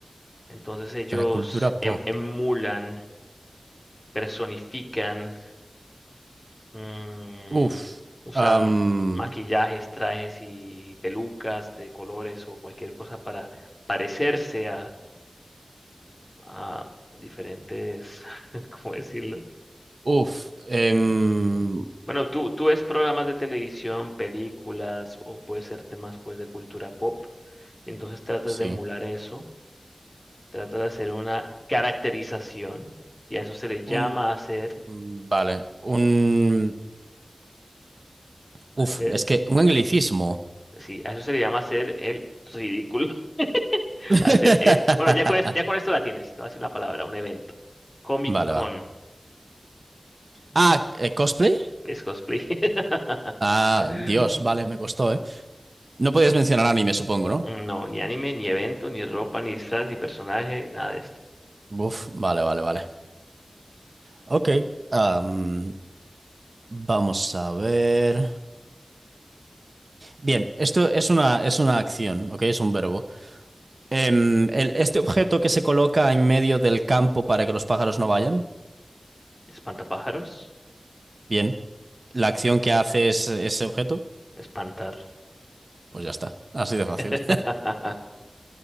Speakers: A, on the left; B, on the right.
A: Entonces ellos
B: de la cultura pop.
A: em- emulan, personifican, mm,
B: Uf.
A: usan
B: Am,
A: maquillajes, trajes y pelucas de colores o cualquier cosa para parecerse a, a diferentes, <laughs> ¿cómo decirlo?
B: uf. Em,
A: Mm, Bueno, tú, tú ves programas de televisión, películas o puede ser temas pues de cultura pop y entonces tratas
B: sí.
A: de emular eso, tratas de hacer una caracterización y a eso se le llama
B: Un.
A: hacer
B: mm, Vale. Un. Uf.
A: Hacer,
B: Es que un anglicismo.
A: sí, a eso se le llama hacer el ridículo. <laughs>
B: <laughs>
A: Hacer el. Bueno, ya con, es- ya con esto la tienes. Te voy a hacer una palabra, un evento. Comic
B: Vale,
A: Con
B: va. Ah, eh, cosplay.
A: es cosplay. <laughs>
B: Ah,
A: Mm,
B: Dios, vale, me costó, ¿eh? No podías mencionar anime, supongo, ¿no?
A: No, ni anime, ni evento, ni ropa, ni disfraz, ni personaje, nada de esto.
B: Uf, vale, vale, vale. Ok. am, vamos a ver. Bien, esto es una, es una acción, ¿ok? Es un verbo. Em, el- este objeto que se coloca en medio del campo para que los pájaros no vayan,
A: Espantapájaros,
B: bien. La acción que hace es ese objeto,
A: espantar.
B: pues ya está. Así de fácil.
A: <laughs>